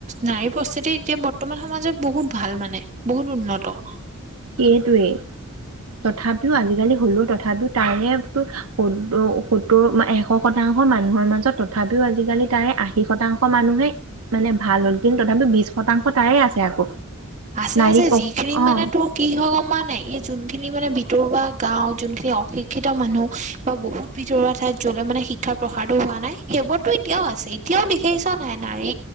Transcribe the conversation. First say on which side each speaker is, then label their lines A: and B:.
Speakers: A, on the right; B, on the right.
A: নাৰী প্ৰস্থিতি এতিয়া বৰ্তমান সমাজত বহুত ভাল মানে বহুত উন্নত।
B: সেইটোৱেই তথাপিও আজিকালি হলওঁ তথাপিওঁ তাৰে সত্তৰ এশ শতাংশ মানুহৰ মাজত তথাপিওঁ আজিকালি তাৰে আশী শতাংশ মানুহে মানে ভাল হ'ল কিন্তু তথাপি বিশ শতাংশ তাৰে আছে আকৌ
A: আছে
B: নাৰীক
A: আছে
B: অ
A: যিখিনি মানে তোক কি হয় জান নাই এই যোনখিনি মানে ভিতৰুৱা গাও যোনখিনি অশিক্ষিত মানুহ বা বহুত ভিতৰুৱা ঠাইত য'লৈ মানে শিক্ষাৰ প্ৰসাৰো হোৱা নাই সেইবোৰতো এতিয়াও আছে এতিয়াও দেখিছ নাই নাৰী